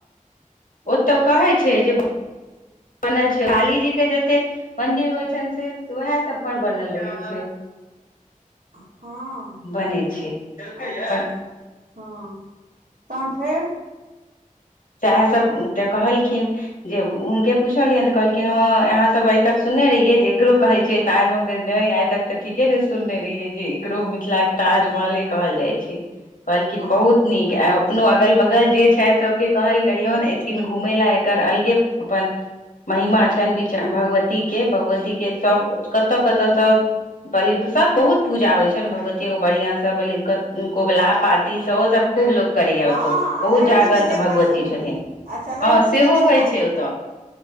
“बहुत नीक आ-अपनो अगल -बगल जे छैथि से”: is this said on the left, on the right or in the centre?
Left